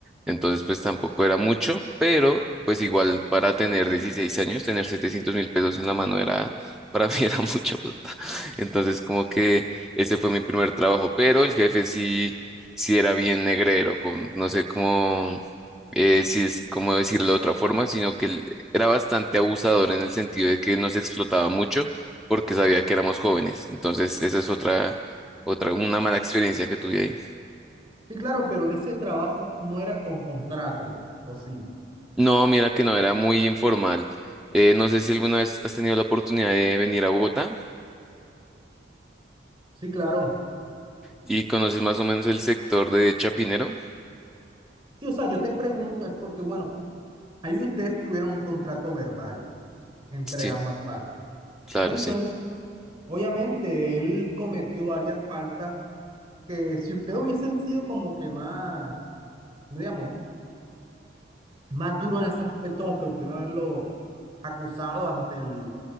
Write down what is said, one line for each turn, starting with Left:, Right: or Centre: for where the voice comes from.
Centre: entonces pues tampoco era mucho, pero pues igual para tener 16 años, tener setecientos mil pesos en la mano era, para mí <laughs> era mucha plata, entonces como que ese fue mi primer trabajo, pero el jefe sí si era bien negrero, con, no sé cómo, eh, si es cómo decirlo de otra forma, sino que él era bastante abusador en el sentido de que nos explotaba mucho porque sabía que éramos jóvenes. Entonces, esa es otra, otra, una mala experiencia que tuve ahí.
Right: Sí, claro, pero en ese trabajo no era con contrato, ¿o sí?
Centre: No, mira que no, era muy informal. Eh, no sé si alguna vez has tenido la oportunidad de venir a Bogotá
Right: Sí, claro.
Centre: y conoces más o menos el sector de Chapinero.
Right: Sí, o sea, yo te pregunto, es porque, bueno, ahí ustedes tuvieron un contrato verbal entre
Centre: Sí,
Right: ambas partes.
Centre: claro,
Right: Entonces,
Centre: sí.
Right: obviamente, él cometió varias faltas que si ustedes hubiesen sido como que más, ¿cómo digamos, más duro en ese aspecto, como que lo pudieron haberlo acusado ante el,